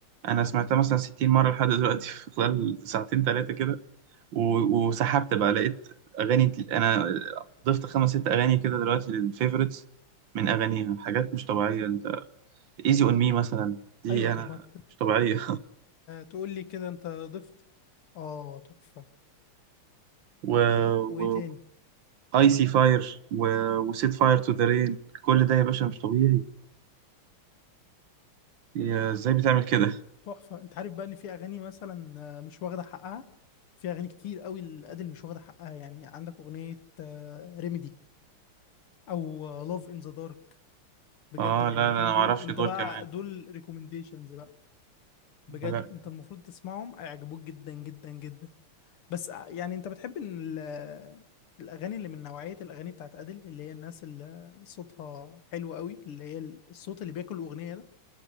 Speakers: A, on the right; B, on the left.
A: انا سمعتها مثلا 60 مره لحد دلوقتي <laughs> في خلال ساعتين ثلاثه كده و- وسحبت بقى لقيت اغاني تل- انا ضفت خمس ست اغاني كده دلوقتي للفيفوريتس من اغانيها حاجات مش طبيعيه انت ايزي اون مي مثلا دي
B: ايوه طب
A: انا
B: ما ت-
A: مش طبيعيه
B: تقول لي كده انت ضفت اه تحفه
A: <laughs>
B: وايه
A: و...
B: تاني
A: ايسي فاير و... وسيت فاير تو ذا رين كل ده يا باشا مش طبيعي يا ازاي بتعمل كده
B: تحفة انت عارف بقى ان في اغاني مثلا آه، مش واخدة حقها في اغاني كتير قوي الادل مش واخدة حقها يعني عندك اغنية ريميدي او لاف ان ذا دارك بجد
A: اه
B: الاغنيتين
A: لا لا انا
B: دول
A: ما اعرفش
B: انت
A: دول
B: بقى
A: كمان
B: دول ريكومنديشنز بقى بجد
A: آه، لا
B: انت المفروض تسمعهم هيعجبوك جدا جدا جدا بس آه، يعني انت بتحب ان ال- الاغاني اللي من نوعية الاغاني بتاعت ادل اللي هي الناس اللي صوتها حلو قوي اللي هي الصوت اللي بياكل الاغنية ده